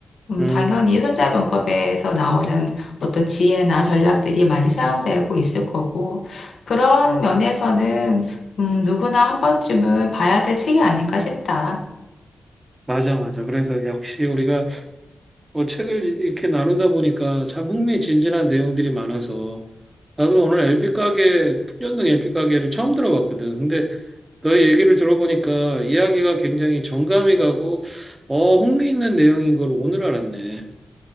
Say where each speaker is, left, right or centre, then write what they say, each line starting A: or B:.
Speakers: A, on the left (about 75°); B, on the right (about 20°).
A: 음,
B: 음,
A: 당연히 손자병법에서 나오는 어떤 지혜나 전략들이 많이 사용되고 있을 거고, 그런 면에서는 음, 누구나 한 번쯤은 봐야 될 책이 아닌가 싶다.
B: 맞아, 맞아. 그래서 역시 우리가 뭐 책을 이렇게 나누다 보니까 참 흥미진진한 내용들이 많아서 나도 오늘 LP 가게, 풍년등 LP 가게를 처음 들어봤거든. 근데 너의 얘기를 들어보니까 이야기가 굉장히 정감이 가고, 어, 흥미 있는 내용인 걸 오늘 알았네.